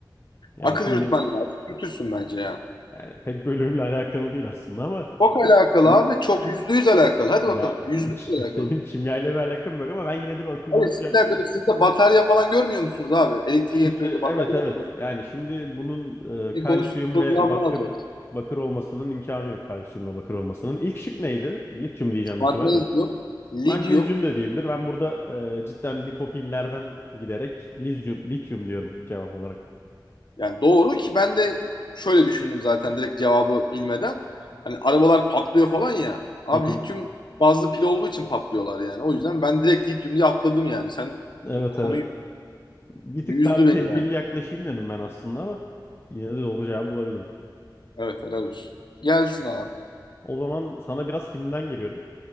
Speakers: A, on the left (about 30°); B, on the left (about 65°).
A: Yani
B: Akıl
A: şimdi
B: yürütmen lazım. Yürütürsün bence yani.
A: yani pek bölümle alakalı değil aslında ama
B: Çok alakalı
A: iyi.
B: abi. Çok yüzde yüz alakalı. Hadi
A: Ya
B: bakalım. Yüzde
A: <laughs>
B: yüz alakalı.
A: benim kimyayla bir alakam yok ama ben yine de bir akıl
B: Abi
A: yürüteceğim.
B: sizle alakalı. Siz de batarya falan görmüyor musunuz abi? Elektrik
A: Şimdi
B: elektronikte
A: evet
B: batarya
A: evet
B: mı?
A: yani şimdi bunun e,
B: Bir
A: kalsiyum
B: konuştuk soru
A: ve
B: cevabını
A: bakır
B: alacağız.
A: bakır olmasının imkanı yok kalsiyumla bakır olmasının. İlk şık neydi? Lityum diyeceğim büyük
B: Magnezyum,
A: ihtimalle de. Magnezyum
B: lityum.
A: da değildir. Ben burada e, cidden lipopillerden giderek lityum, lityum diyorum cevap olarak.
B: Yani doğru ki ben de şöyle düşündüm zaten direkt cevabı bilmeden. Hani arabalar patlıyor falan ya. Abi
A: Hı hı.
B: lityum bazlı pil olduğu için patlıyorlar yani. O yüzden ben direkt lityum diye atladım yani. Sen
A: Evet
B: bu konuyu
A: evet. Bir
B: yüzdü
A: tık daha bir
B: beni
A: tedbirli
B: yani.
A: yaklaşayım dedim ben aslında ama yine de doğru cevabı bulabildim.
B: Evet helal olsun. Gelsin abi.
A: O zaman sana biraz filmden giriyorum.